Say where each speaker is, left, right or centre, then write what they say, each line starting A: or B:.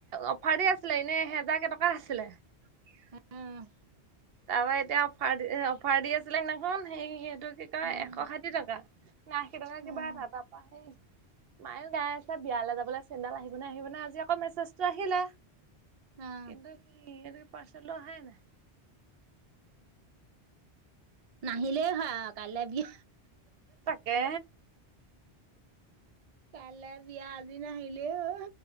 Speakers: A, on the right; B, on the right.
A: অফাৰ আছিলে, এনেই এহেজাৰ কেই টকা আছিলে।
B: উম,
A: তাৰপৰা এতিয়া অফাৰ দি অফাৰ দি আছিলে, সেইদিনাখন সেই সেইটো কি কয়
B: অঁ
A: এশ ষাঠি টকা। নে আশী টকা কিবা
B: অঁ
A: ধাবা পা সেই মায়ো গাই আছে বিয়ালৈ যাবলৈ চেণ্ডেল আহিব নে, আহিব নে আজি আক মেছেজটো আহিলে।
B: অঁ
A: কিন্তু সি ইটো পাৰ্চেলটো অ, আহাই নাই।
B: নাহিলেই হয় আৰু কাইলৈ
A: তাকে।
B: কাইলৈ বিয়া আজি নাহিলেও।